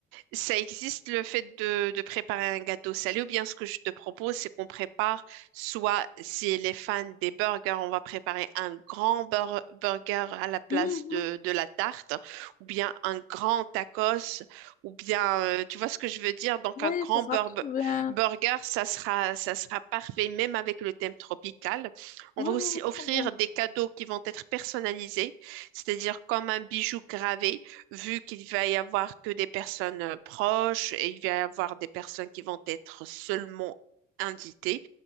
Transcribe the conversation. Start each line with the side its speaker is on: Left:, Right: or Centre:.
Right: ça existe le fait de, de préparer un gâteau salé ou bien ce que je te propose, c'est qu'on prépare soit si les fans des burgers, on va préparer un grand bur- burger à la place
Left: Mhm.
Right: de, de la tarte ou bien un grand tacos ou bien euh, tu vois ce que je veux dire? Donc
Left: Ouais,
Right: un grand
Left: ça sera
Right: bur-
Left: trop bien.
Right: burger, ça sera, ça sera parfait même avec le thème tropical. On
Left: Ouais,
Right: va aussi
Left: ouais, ouais,
Right: offrir
Left: trop bien.
Right: des cadeaux qui vont être personnalisés, c'est-à-dire comme un bijou gravé vu qu'il va y avoir que des personnes euh, proches et il va y avoir des personnes qui vont être seulement invitées.